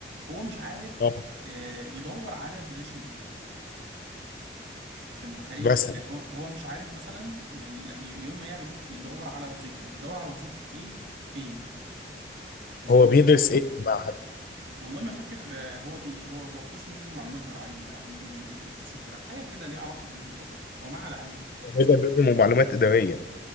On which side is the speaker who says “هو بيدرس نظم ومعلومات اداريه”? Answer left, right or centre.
Left